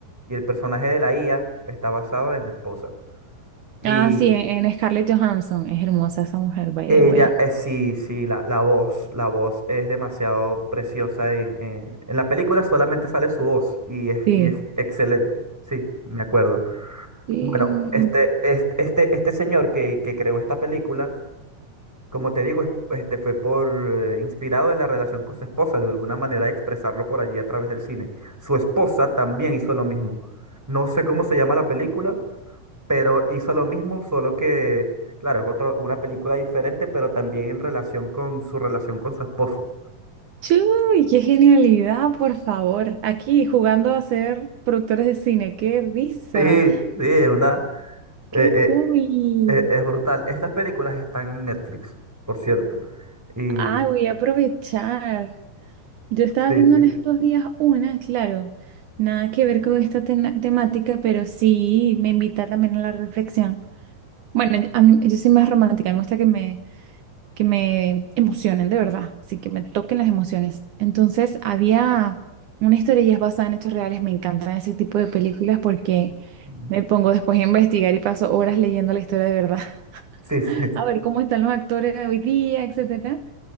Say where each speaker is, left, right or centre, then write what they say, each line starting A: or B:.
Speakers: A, in the centre; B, on the right (about 70°).
A: Y el personaje de la IA está basado en la esposa. Y
B: Ah, sí, en, en Scarlett Johansson. Es hermosa esa mujer, by
A: ella,
B: the way.
A: eh, sí, sí, la, la voz, la voz es demasiado preciosa. En, en- en la película solamente sale su voz y es,
B: Sí.
A: y es excelente. Sí, me acuerdo.
B: Sí.
A: Bueno, este, este, este, este señor que, que creó esta película Como te digo, es- este fue por eh, inspirado en la relación con su esposa, de alguna manera expresarlo por allí a través del cine. Su esposa también hizo lo mismo. No sé cómo se llama la película, pero hizo lo mismo, solo que, claro, es otra, una película diferente, pero también en relación con su relación con su esposo.
B: Chuy, qué genialidad, por favor. Aquí jugando a ser productores de cine. ¡Qué risa!
A: Sí, sí, es una, eh,
B: ¡Qué
A: eh,
B: cool!
A: eh, es brutal. Estas películas están en Netflix, por cierto. Y
B: Ah, voy a aprovechar. Yo estaba
A: sí,
B: viendo
A: sí.
B: en estos días una, claro, nada que ver con esta tena- temática, pero sí me invita también a la reflexión. Bueno, a mí- yo soy más romántica, me gusta que me, que me emocionen de verdad, sí, que me toquen las emociones. Entonces, había una historia y es basada en hechos reales, me encantan ese tipo de películas porque
A: Ujú.
B: me pongo después a investigar y paso horas leyendo la historia de verdad,
A: Sí, sí.
B: <laughs> a ver cómo están los actores de hoy día, etcétera.